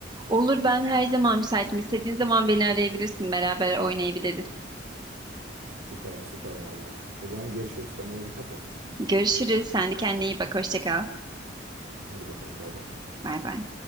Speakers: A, on the right; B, on the right.
A: Olur ben her zaman müsaitim. İstediğin zaman beni arayabilirsin. Beraber oynayabiliriz.
B: Süper süper vallahi. O zaman görüşürüz. Kendine dikkat et.
A: Görüşürüz. Sen de kendine iyi bak. Hoşça kal.
B: Hadi bakalım bay bay.
A: Bay bay.